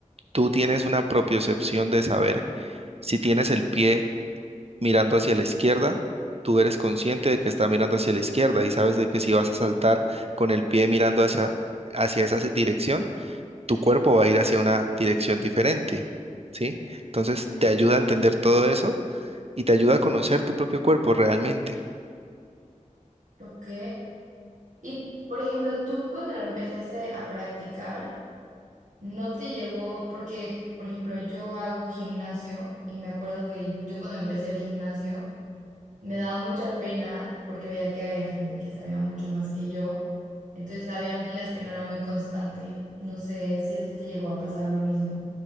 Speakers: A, on the right; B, on the right.
A: tú tienes una propiocepción de saber si tienes el pie mirando hacia la izquierda, tú eres consciente de que está mirando hacia la izquierda y sabes de que si vas a saltar con el pie mirando hacia, hacia esa dirección, tu cuerpo va a ir hacia una dirección diferente, ¿sí? Entonces
B: Ujú.
A: te ayuda a entender todo eso y te ayuda a conocer tu propio cuerpo realmente.
B: Ok. Y, por ejemplo, tú cuando lo empezaste a practicar, No te llegó, porque, por ejemplo, yo hago gimnasio y me acuerdo que yo cuando empecé el gimnasio me daba mucha pena porque veía que había gente que sabía mucho más que yo. Entonces, habían días que no era muy constante. No sé si a ti te llegó a pasar lo mismo.